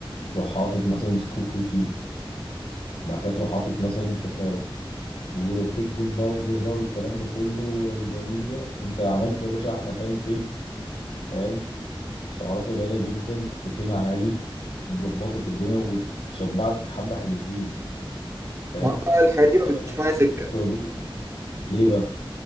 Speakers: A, on the left; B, on the right.
A: تروح حاطط مثلا سكوب بروتين وبعد كده تروح حاطط مثلا كاكاو وبيكنج باودر بقى والكلام ده كله والفانيليا انت عملت يا باشا احلى بان كيك فاهم سعراته قليله جدا بروتين عالي تظبطك الدنيا وتشبعك حبه حلوين فاهم
B: ما هو بقى الحاجات
A: وكده
B: دي ما
A: كده
B: بتجيش
A: بقى
B: معايا
A: ايه
B: سكة
A: سكر دايت وبتاع. ليه بقى